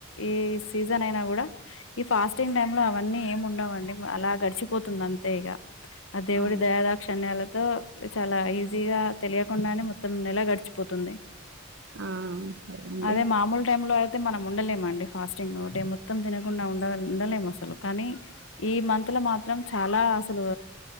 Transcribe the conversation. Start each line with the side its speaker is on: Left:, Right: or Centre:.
Left: ఏ సీజన్ అయినా కూడా ఈ ఫాస్టింగ్ టైమ్ లో అవన్నీ ఏం ఉండవండి అలా గడిచిపోతుంది అంతే ఇగ అ దేవుడి
Right: ఆ!
Left: దయాదాక్షన్యాలతో ఇప్పుడు చాలా ఈజీగా తెలియకుండానే మొత్తం నెల గడిచిపోతుంది
Right: ఆ! సరే అండి.
Left: అదే మామూలు టైమ్ లో తే మనం ఉండలేమండి ఫాస్టింగ్ ఒకటి మొత్తం తినకుండా ఉండ ఉండలేము అసలు కానీ ఈ మంత్ లో మాత్రం చాలా అసలు